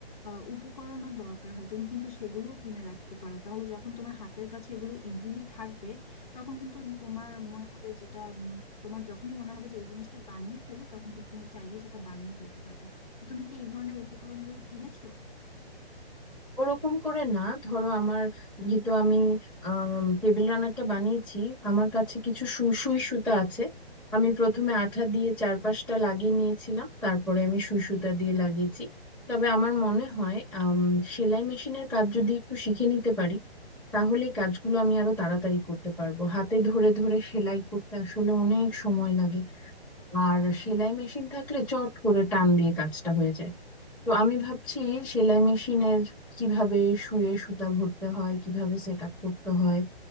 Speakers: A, on the left (about 35°); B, in the centre.
A: আহ, উপকরণও দরকার হয় তুমি কিন্তু সেগুলোও কিনে রাখতে পারো তাহলে যখন তোমার হাতের কাছে এগুলো ইজিলি থাকবে তখন কিন্তু তোমার মনে হবে যেটা উম, তোমার যখনই মনে হবে যে এই জিনিসটা বানিয়ে ফেলি তখন কিন্তু তুমি চাইলেই সেটা বানিয়ে ফেলতে পারবে তো তুমি কি এই ধরনের উপকরণগুলো কিনেছো
B: ওরকম করে না ধরো আমার যেহেতু আমি টেবিল রানারটা বানিয়েছি আমার কাছে কিছু সুই সুই সুতা আছে আমি প্রথমে আঠা দিয়ে চারপাশটা লাগিয়ে নিয়েছিলাম তারপরে আমি সুই সুতা দিয়ে লাগিয়েছি তবে আমার মনে হয় আম, সেলাই মেশিনের কাজ যদি একটু শিখে নিতে পারি তাহলে এই কাজগুলো আমি আরো তাড়াতাড়ি করতে পারবো হাতে ধরে ধরে সেলাই করতে আসলে অনেক সময় লাগে আর সেলাই মেশিন থাকলে চট করে টান দিয়ে কাজটা হয়ে যায় তো আমি ভাবছি সেলাই মেশিনের কিভাবে শুয়ে সুতা ভরতে হয় কিভাবে সেট আপ করতে হয়